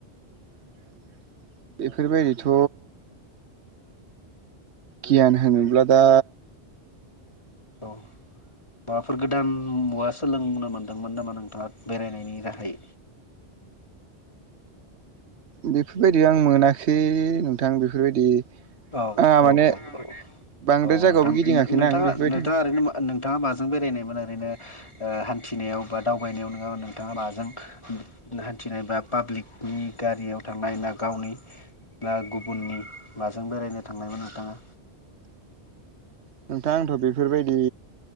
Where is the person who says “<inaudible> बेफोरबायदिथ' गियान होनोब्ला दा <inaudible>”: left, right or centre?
Right